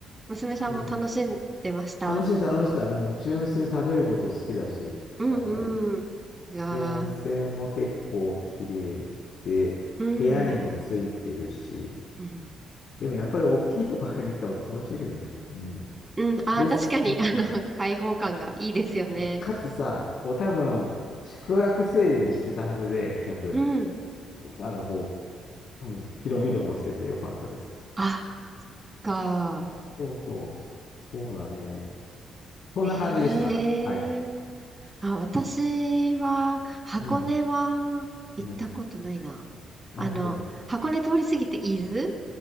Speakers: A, on the right; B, on the left.
A: 娘さんも楽しんでました
B: う。で楽しんで楽しんでた。うん、うちの娘食べること好きだし、
A: うんうん。
B: やっぱり。
A: うわ
B: で、温泉も結構綺麗で、
A: ー。うん。
B: 部屋にもついてるし、
A: うん
B: でもやっぱり大きいとこ入りに行った方が気持ちいいけどね。うん。
A: うん。ああ、
B: です、
A: 確かに、
B: ですな。
A: あの、<laughs> 開放感がいいですよね。
B: でかつさ、こう多分、宿泊制限してたはずで、客。
A: うん。
B: なんかこう、うん、広々としててよかったです。
A: あ、か。
B: そうそう、そうだね。そんな感じでした。
A: へえ。
B: はい。
A: あ、私は、箱根は行ったことないな。
B: うん、うん。
A: あの、
B: あ、本当に。
A: 箱根通り過ぎて伊豆